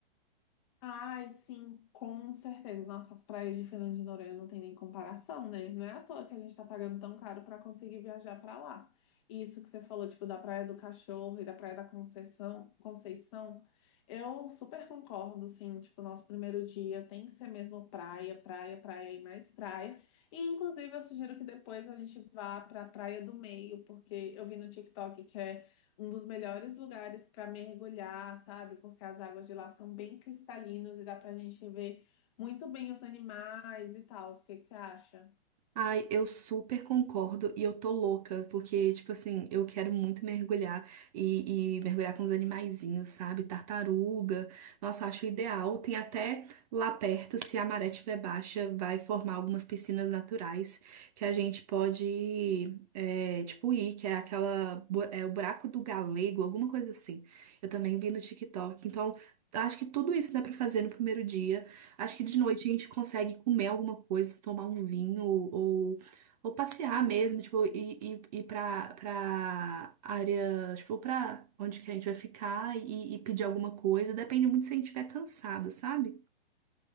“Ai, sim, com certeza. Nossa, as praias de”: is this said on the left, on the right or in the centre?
Left